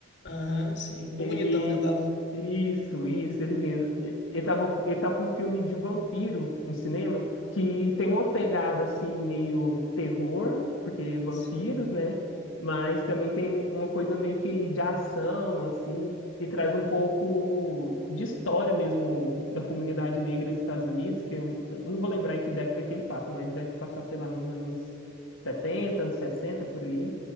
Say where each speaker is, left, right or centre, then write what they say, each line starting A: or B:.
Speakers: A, on the left; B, on the left.
A: Aham, sim. O
B: Ele.
A: bonitão, né, o galã.
B: Isso, isso, ele mesmo. E- Ele tava, com- ele tá com um filme de vampiro no cinema, que tem uma pegada assim, meio terror, porque vampiros,
A: Sim.
B: né? Mas também tem uma coisa meio que de ação, assim, e traz um pouco de história mesmo da comunidade negra dos Estados Unidos, que eu, eu não vou lembrar em que década que ele passa, mas deve passar, sei lá, nos anos setenta anos 60 por aí.